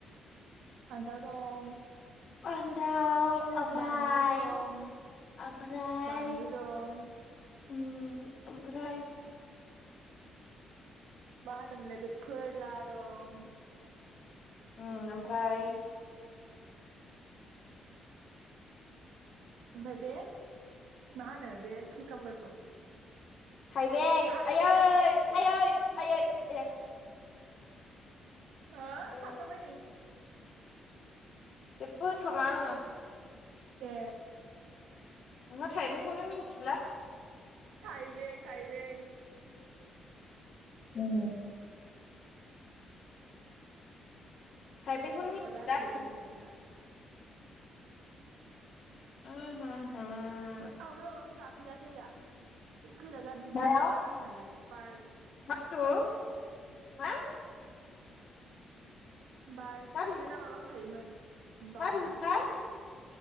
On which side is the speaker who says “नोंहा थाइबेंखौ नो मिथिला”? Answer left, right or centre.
Left